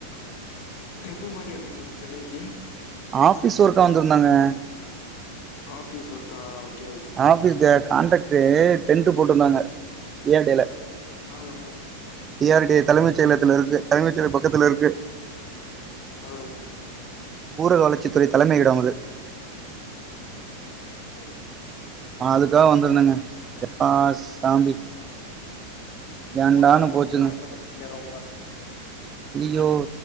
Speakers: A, on the left; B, on the right.
A: ட்ரிப்பு மாரி வந்திங்ளா சென்னைக்கு
B: ஆஃபிஸ் ஒர்க்கா வந்திருந்தங்க
A: ஆஃபீஸ் ஒர்க்கா ஓகே ஓ
B: ஆஃபீஸ்ல காண்ட்ராக்டு டென்ட் போட்ருந்தாங்க டி ஆர் டே ல
A: ஆ ஆ
B: டி ஆர் டே தலைமைச் செயலத்துல
A: அது
B: இருக்கு தலைமைச் செயலக பக்கத்துல இருக்கு
A: ஆ
B: ஊரக வளர்ச்சி துறை தலைமையிட அது
A: செரிங்க செரிங்க
B: அதுக்காக வந்துருந்தங்க எப்பா சாமி ஏண்டானு
A: ரொம்ப கஷ்டமா
B: போச்சுங்க
A: <unintelligible> ரொம்ப ம்
B: ஐயோ